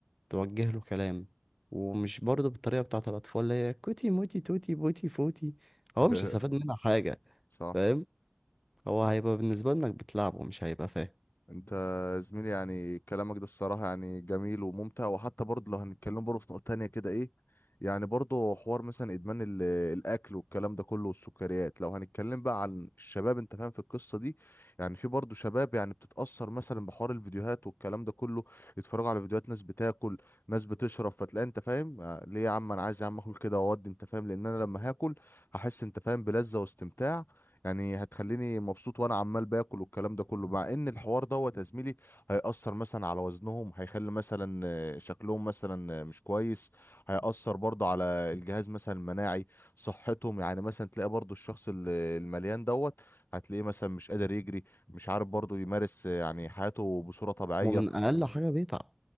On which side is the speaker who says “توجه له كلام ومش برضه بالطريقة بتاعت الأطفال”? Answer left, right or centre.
Centre